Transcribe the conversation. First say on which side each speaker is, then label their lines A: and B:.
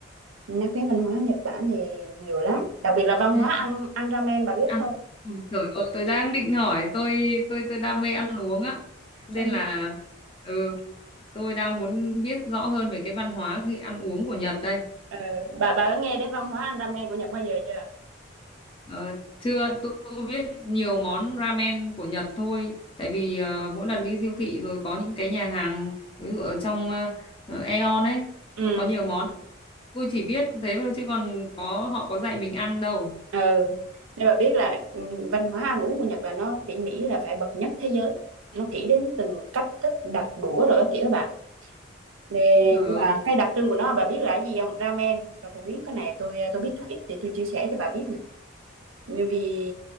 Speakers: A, on the right; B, on the left.
A: nhắc đến văn hóa Nhật Bản thì nhiều lắm
B: Ờ,
A: đặc biệt là văn
B: thế
A: hóa ăn ăn ramen bà biết
B: ăn
A: không
B: ui giời ơi tôi đang định hỏi tôi tôi tôi đam mê ăn uống á
A: <laughs>
B: nên
A: ừ.
B: là ừ tôi đang muốn biết rõ hơn về cái văn hóa khi ăn uống của Nhật đây
A: Ờ, bà bà có nghe đến văn hóa ăn ramen của Nhật bao giờ chưa
B: Ờ, chưa tôi, tôi biết nhiều món ramen của Nhật thôi tại vì ờ, mỗi lần đi siêu thị rồi có những cái nhà hàng ví dụ ở trong uh, Aeon ấy
A: ừ
B: nó có nhiều món tôi chỉ biết thế thôi chứ còn có họ có dạy mình ăn đâu
A: ừ nên bà biết là ừ, văn hóa ăn uống của Nhật là nó tỉ mỉ là phải bậc nhất thế giới nó kỹ đến từng cách thức đặt đũa rồi các kiểu đó bà Nè,
B: Úi trời
A: nhưng
B: ơi
A: mà cái đặc trưng của nó bà biết là cái gì không ramen rồi phổ biến cái này tôi tôi biết chút ít thì tôi chia sẻ cho bà biết nè Bởi vì